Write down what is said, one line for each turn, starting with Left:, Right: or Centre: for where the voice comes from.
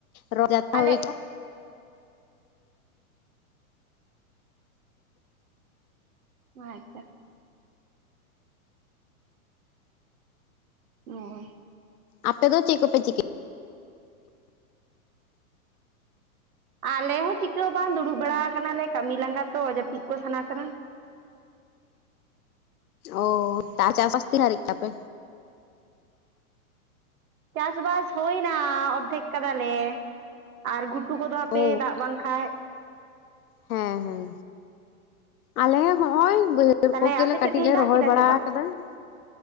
Left: ᱨᱚ ᱡᱟᱛᱛᱟ
Right: ᱟᱞᱮ
Left: ᱦᱳᱭ ᱠᱟᱱᱟ ᱾ <unintelligible>
Right: ᱦᱚᱭ ᱛᱚ᱾ ᱚᱸᱻ
Left: ᱟᱯᱮ ᱫᱚ ᱪᱮᱜ ᱠᱚᱯᱮ ᱪᱤᱠᱟᱹᱭ᱾
Right: ᱟᱞᱮ ᱦᱚᱸ ᱪᱤᱠᱟᱹ ᱵᱟᱝ ᱫᱩᱲᱩᱵ ᱵᱟᱲᱟ ᱠᱟᱱᱟᱞᱮ ᱠᱟᱹᱢᱤ ᱞᱟᱸᱜᱟ ᱛᱚ ᱡᱟᱹᱯᱤᱫ ᱠᱚ ᱥᱟᱱᱟ ᱠᱟᱱᱟ᱾
Left: ᱚ ᱛᱟ ᱪᱟᱥ ᱵᱟᱥ ᱛᱤᱱᱟᱹ ᱦᱟᱹᱨᱤᱡᱽ ᱛᱟᱯᱮ᱾
Right: ᱪᱟᱥᱵᱟᱥ ᱦᱩᱭᱱᱟ ᱚᱨᱫᱷᱮᱠ ᱠᱟᱫᱟᱞᱮ, ᱟᱨ ᱜᱷᱩᱴᱩ ᱠᱚᱫᱚ ᱦᱟ ᱯᱮ
Left: ᱚ
Right: ᱫᱟᱜ ᱵᱟᱝ ᱠᱷᱟᱡᱽ ᱾
Left: ᱦᱮᱸ-ᱦᱮᱸ ᱟᱞᱮ ᱦᱚᱸᱜᱼᱚᱭ ᱵᱟᱹᱭ ᱦᱟᱹᱲ
Right: ᱛᱟᱦᱞᱮ
Left: ᱠᱚᱜᱮᱞᱮ
Right: ᱟᱯᱮ ᱥᱮᱫ
Left: ᱠᱟᱹᱴᱤᱡᱽ
Right: ᱛᱮᱦᱮᱧ
Left: ᱞᱮ
Right: ᱫᱟᱜ
Left: ᱨᱚᱦᱚᱭ
Right: ᱠᱮᱫᱟᱭ
Left: ᱵᱟᱲᱟ
Right: ᱥᱮ ᱵᱟᱝ
Left: ᱠᱟᱫᱟ ᱾